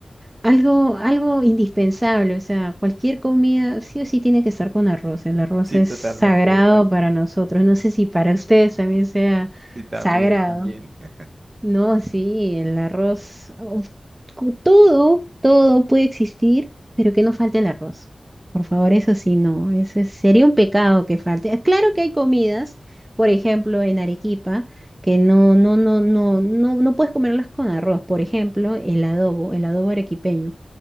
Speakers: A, on the right; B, on the right.
A: Algo, algo indispensable, o sea, cualquier comida sí o sí tiene que estar con arroz. El arroz
B: Sí,
A: es
B: totalmente.
A: sagrado
B: ac-
A: para nosotros. No sé si para ustedes también sea
B: sí también,
A: sagrado.
B: también. <laughs>
A: No, sí, el arroz, uf, cu- todo, todo puede existir, pero que no falte el arroz. Por favor, eso sí, no, ese sería un pecado que falte. Ah, Claro que hay comidas, por ejemplo, en Arequipa, que no, no, no, no, no, no puedes comerlas con arroz. Por ejemplo, el adobo, el adobo arequipeño.